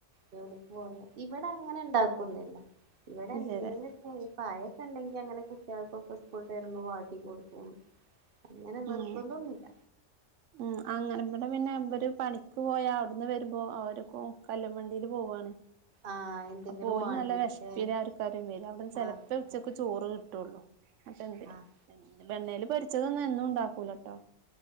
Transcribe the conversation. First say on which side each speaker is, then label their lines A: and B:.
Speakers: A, on the right; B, on the right.
A: ജോലിക്ക് പോയോ ഇവിടെ അങ്ങനെ ഉണ്ടാക്കുന്നില്ല ഇവിടെ
B: ഇല്ലല്ലേ
A: എന്തേലെക്കെ കാലത്തെ ഉണ്ടെങ്കി അങ്ങനെ കുട്ടികൾക്കൊക്കെ സ്കൂള് വിട്ട് വരുമ്പോ വാക്കി കൊടുക്കും അങ്ങനെ
B: ഉം
A: നിർബന്ധന്നുമില്ല
B: ഉം അങ്ങനെ ഇവിടെ പിന്നെ ഇവര് പണിക്ക് പോയാ അവിടുന്ന് വരുമ്പോ അവര് കല്ല് വണ്ടിയില് പോവുവാണ്
A: ആഹ് എന്തെങ്കിലും
B: അപ്പ ഓലും
A: വാണ്ടിട്ട്ല്ലേ
B: നല്ല വിഷപ്പില്ലായിരിക്കും വരിക അവിടുന്ന് ചെലപ്പോ
A: ആഹ് അതെ.
B: ഉച്ചക്ക് ചോറ് കിട്ടുള്ളു അപ്പം എന്തിര്
A: ആഹ്
B: വെണ്ണയിൽ പൊരിച്ചതൊന്നും എന്നും ഉണ്ടാക്കൂലട്ടോ